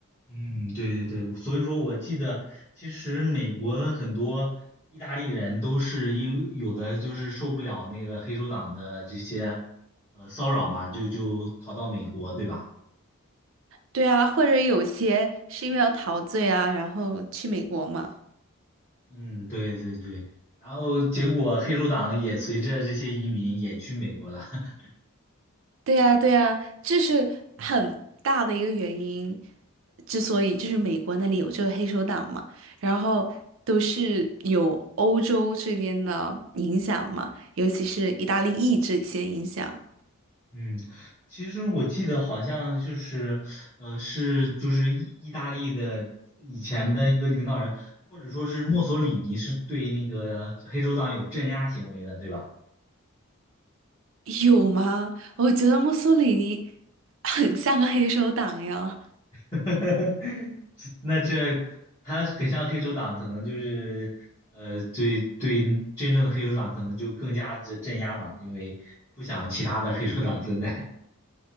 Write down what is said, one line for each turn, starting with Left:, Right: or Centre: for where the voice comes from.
Left: 嗯，对对对，所以说我记得，其实美国的很多意大利人都是因为有的就是受不了那个黑手党的这些呃骚扰嘛，就就逃到美国，对吧？
Right: 对啊，或者有些是因为要逃罪啊，然后去美国嘛。
Left: 嗯，对对对，然后结果黑手党也随着这些移民也去美国了。<laughs>
Right: 对呀，对呀，这是很大的一个原因，之所以就是美国那里有这个黑手党嘛，然后都是有欧洲这边的影响嘛，尤其是意大利裔这些影响，
Left: 嗯，其实我记得好像就是，呃，是就是意意大利的以前的一个领导人，或者说是墨索里尼是对那个黑手党有镇压行为的，对吧？
Right: 有吗？我觉得墨索里尼很像个黑手党呀。
Left: <laughs> 那这他很像黑手党，可能就是呃，对对，真正的黑手党可能就更加的镇压嘛，因为不想其他的黑手党存在。